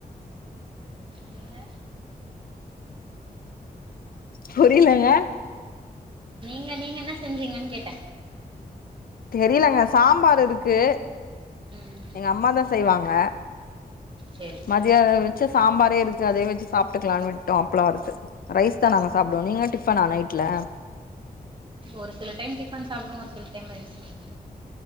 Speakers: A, on the right (about 30°); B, on the left (about 65°).
A: நீங்க
B: புரிலங்க
A: நீங்க நீங்க என்ன செஞ்சீங்கன் கேட்ட
B: தெரிலங்க சாம்பாரு இருக்கு
A: ம்
B: எங்க அம்மாதா செய்வாங்க அ
A: சேரி
B: மத்தியான
A: சேரி
B: வெச்சஸ் சாம்பாரே இருக்கு அதே வச்சி சாப்ட்டுக்கலான் விட்டோ அப்பளோ வருத்து ரைஸ் தா நாங்க சாப்பிடுவோ நீங்க டிஃபனா நைட்ல
A: ஒரு சில டைம் டிபன் சாப்டுவோ ஒரு சில டைம் ரைஸ் சாப்டுவோ